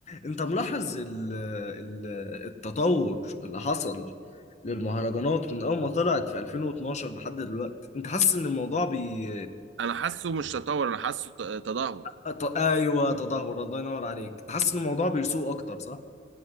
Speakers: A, on the left; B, on the right.
A: انت ملاحظ ال... ال... التطور اللي حصل للمهرجانات من اول ما طلعت في 2012 لحد دلوقتي انت حاسس ان الموضوع بي
B: انا حاسه مش تطور انا حاسه ت- تدهور
A: أط... ايوه تدهور الله ينور عليك تحس ان الموضوع بيسوء اكتر صح